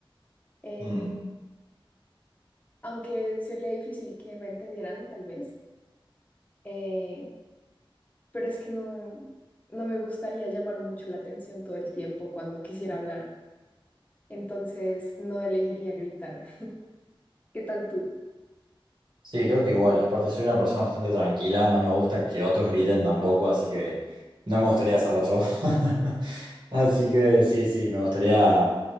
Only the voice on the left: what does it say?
eh,
aunque sería difícil que me entendieran, tal vez, eh, pero es que no, no me gustaría llamar mucho la atención todo el tiempo cuando quisiera hablar, entonces no elegiría gritar. <laughs> ¿Qué tal tú?